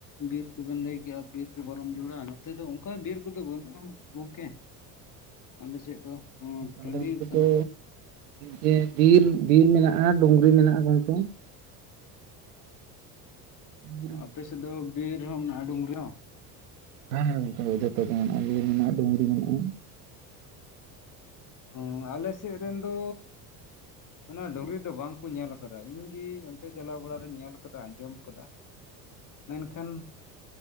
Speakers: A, on the left (about 40°); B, on the right (about 80°).
A: ᱵᱤᱨ ᱠᱚᱵᱮᱱ ᱞᱟᱹᱭᱠᱮᱜᱼᱟ ᱵᱤᱨ ᱠᱚ ᱵᱟᱨᱚᱢ ᱡᱚᱲᱟ ᱱᱚᱛᱮ ᱫᱚ ᱚᱱᱠᱟ ᱵᱤᱨ ᱠᱚᱫᱚ ᱵᱟᱹᱱᱩᱜᱼᱟ ᱜᱚᱝᱠᱮ ᱟᱞᱮᱥᱮᱫ ᱫᱚ ᱴᱟᱺᱰᱤ
B: ᱟᱞᱮ ᱱᱚᱛᱮ
A: ᱠᱟᱱᱟ
B: ᱫᱚ ᱡᱮ, ᱵᱤᱨ ᱵᱤᱨ ᱢᱮᱱᱟᱜᱼᱟ, ᱰᱩᱸᱜᱽᱨᱤ ᱢᱮᱱᱟᱜᱼᱟ, ᱜᱚᱝᱠᱮ ᱾ ᱦᱮᱸ
A: ᱟᱯᱮ ᱥᱮᱫ ᱫᱚ, ᱵᱤᱨ ᱦᱚᱸ ᱢᱮᱱᱟᱜᱼᱟ, ᱰᱩᱸᱜᱽᱨᱤ ᱦᱚᱸ?
B: ᱦᱮ <inaudible> ᱸ, ᱡᱚᱛᱚ ᱜᱮ ᱢᱮᱱᱟᱜᱼᱟ, ᱤᱭᱟᱹ ᱢᱮᱱᱟᱜᱼᱟ, ᱰᱩᱸᱜᱽᱨᱤ ᱢᱮᱱᱟᱜᱼᱟ ᱾
A: ᱦᱚᱸᱻ ᱟᱞᱮ ᱥᱮᱫ, ᱨᱮᱱ ᱫᱚ, ᱚᱱᱟ ᱰᱩᱸᱜᱽᱨᱤ ᱫᱚ, ᱵᱟᱝ ᱠᱚ, ᱧᱮᱞ ᱟᱠᱟᱫᱟ ᱾ ᱤᱧ ᱜᱮ ᱛᱮ, ᱪᱟᱞᱟᱣ ᱵᱟᱲ ᱨᱤᱧ, ᱧᱮᱞ ᱟᱠᱟᱫᱟ ᱾ ᱟᱸᱡᱚᱢ ᱟᱠᱟᱫᱟ, ᱢᱮᱱᱠᱷᱟᱱ